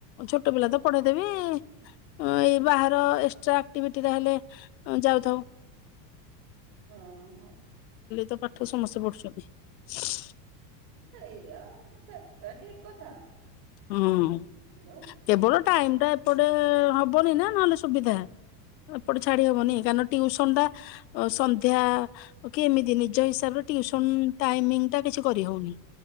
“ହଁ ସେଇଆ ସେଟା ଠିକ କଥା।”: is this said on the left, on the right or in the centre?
Right